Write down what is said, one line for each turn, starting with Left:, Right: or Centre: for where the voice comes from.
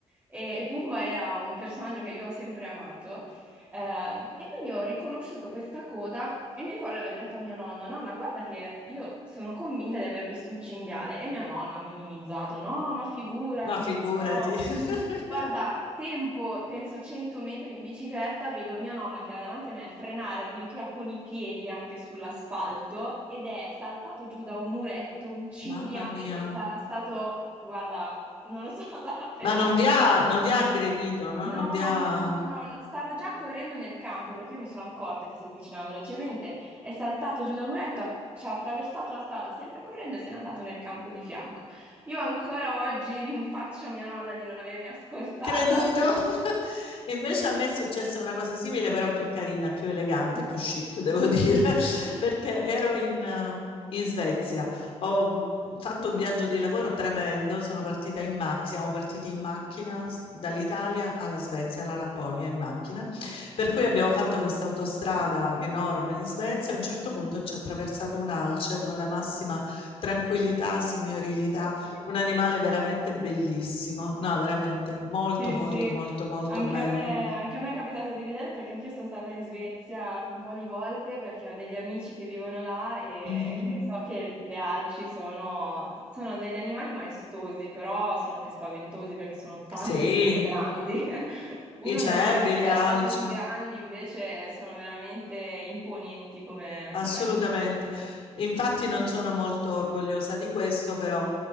Right: E, e Pumba era un personaggio che io ho sempre amato. Ehm, e quindi ho riconosciuto questa coda e mi ricordo di aver detto a mia nonna: Nonna, guarda che io sono convinta di aver visto un cinghiale. E mia nonna ha minimizzato: No, ma figurati,
Left: Ma figurati.
Right: ma no.
Left: <laughs>
Right: Guarda, tempo, penso 100 metri in bicicletta, vedo mia nonna che era davanti a me frenare addirittura con i piedi anche sull'asfalto ed è saltato giù da un muretto un cinghiale
Left: Mamma mia.
Right: che sarà stato, guarda, non lo so, <laughs> sarà pesato.
Left: Ma non vi ha, non vi ha aggredito, no?
Right: No,
Left: Non vi ha...
Right: no, no, no, no, stava già correndo nel campo perché io mi sono accorta che si avvicinava velocemente, è saltato giù dal muretto, ha- ci ha attraversato la strada sempre correndo e se n'è andato nel campo di fianco. Io ancora oggi rinfaccio a mia nonna di non avermi ascoltata.
Left: creduto.
Right: <laughs>
Left: <laughs> Invece a me è successa una cosa simile, però più carina, più elegante,
Right: Mhm.
Left: più chic, devo dire, <laughs> perché ero in, eh, in Svezia. Ho mm, fatto un viaggio di lavoro tremendo, sono partita in macchina, siamo partiti in macchina s- dall'Italia alla Svezia, alla Lapponia in macchina, per cui abbiamo fatto questa autostrada enorme in Svezia, a un certo punto ci ha attraversato un alce con la massima tranquillità, signorilità
Right: <laughs>
Left: un animale veramente bellissimo. No, veramente molto,
Right: Sì,
Left: molto,
Right: sì,
Left: molto, molto
Right: anche
Left: bello.
Right: a me, anche a me è capitato di vederlo perché anch'io sono stata in Svezia un po' di volte perché ho degli amici che vivono là e,
Left: Mhm.
Right: e so che le alci sono, sono degli animali maestosi, però sono anche spaventosi perché sono tanto,
Left: Sì,
Right: tanto grandi. <laughs> Uno
Left: i cervi,
Right: non se li aspetta
Left: le alci.
Right: così grandi, invece sono veramente imponenti come,
Left: Assolutamente.
Right: come animali.
Left: Infatti non sono molto orgogliosa di questo, però